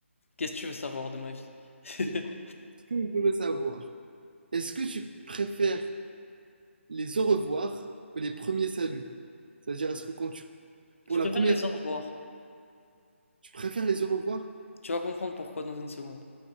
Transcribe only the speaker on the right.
Et Ce que je voulais savoir, est-ce que tu préfères les au revoir ou les premiers saluts? C'est-à-dire, est-ce que quand tu, pour
la première
fois,
tu préfères les au revoir?